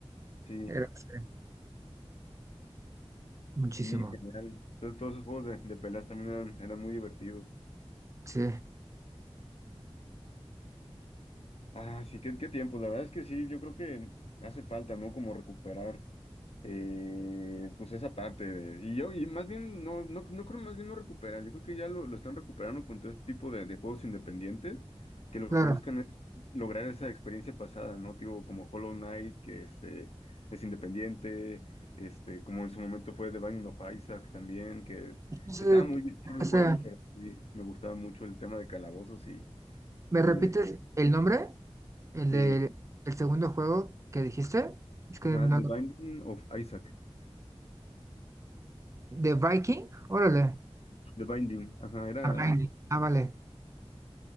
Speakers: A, on the left; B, on the right.
A: sí,
B: Era sí, muchísimo,
A: sí, genial. Entonces, todos esos juegos de, de peleas también eran, eran muy divertidos.
B: sí,
A: Ah, sí, qué, qué tiempo. La verdad es que sí, yo creo que hace falta, ¿no? Como recuperar Eh, pues esa parte de- y yo, y más bien, no, no, no creo más bien no recuperar, yo creo que ya lo, lo están recuperando con todo este tipo de, de juegos independientes, que lo
B: claro.
A: que buscan es lograr esa experiencia pasada, ¿no? Tipo, como Hollow Knight, que este, es independiente, este, como en su momento fue The Binding of Isaac también, que
B: No sé,
A: estaba muy bien el
B: o
A: juego,
B: sea,
A: pero sí, me gustaba mucho el tema de calabozos y,
B: ¿me
A: y
B: repites
A: eh,
B: el nombre? El
A: eh,
B: del el segundo juego que dijiste? Es que
A: ajá,
B: no...
A: The Binding of Isaac,
B: ¿De Viking? Órale.
A: The Binding, ajá, era,
B: Ah, Vine. Ah, vale.